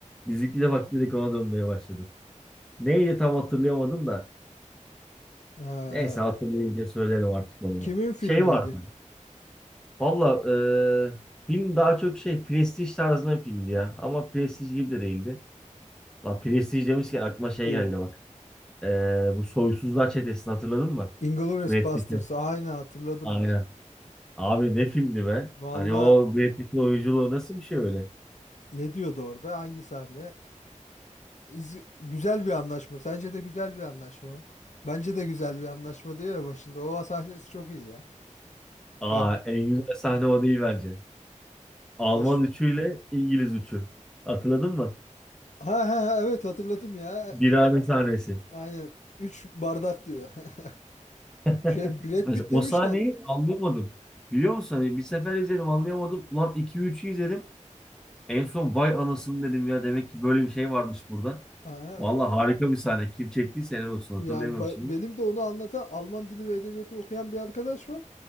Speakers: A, in the centre; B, on the left.
A: Bizimki de bak direkt ona dönmeye başladı. Neydi tam hatırlayamadım da.
B: Ee,
A: Neyse hatırlayınca söylerim artık onu ya.
B: kimin filmiydi?
A: Şey vardı. Valla e, film daha çok şey prestij tarzında bir filmdi ya. Ama prestij gibi de değildi. La prestij demiş ki aklıma şey
B: Uh,
A: geldi bak. E, bu Soysuzlar Çetesi'ni hatırladın mı?
B: Inglourious
A: Brad
B: Basterds.
A: Pitt'e.
B: Aynı hatırladım
A: Aynen.
B: ya.
A: Abi ne filmdi be?
B: Valla
A: Hani o Brad Pitt'in oyunculuğu nasıl bir şey öyle?
B: ne diyordu orada? Hangi sahne? İz- güzel bir anlaşma. Sence de güzel bir anlaşma mı? Bence de güzel bir anlaşma diyor ya başında. O sahnesi çok iyi ya.
A: Aa
B: Ya
A: en güzel sahne o değil bence. Alman
B: baş...
A: üçüyle İngiliz üçü. Hatırladın mı?
B: Ha ha ha, evet hatırladım ya.
A: Birane sahnesi.
B: Aynen. üç bardak diyor. <laughs>
A: <laughs>
B: Şey Brad
A: Mesela
B: Pitt
A: o
B: demişken
A: sahneyi anlayamadım. Biliyor musun? Hani bir sefer izledim anlayamadım. Lan iki 3ü izledim. En son vay anasını dedim ya demek ki böyle bir şey varmış burada.
B: ha,
A: Vallahi
B: ha,
A: harika bir sahne. Kim çektiyse helal olsun hatırlayamıyorum
B: ya ba-
A: şimdi.
B: benim de onu anlatan Alman dili ve edebiyatı okuyan bir arkadaş var.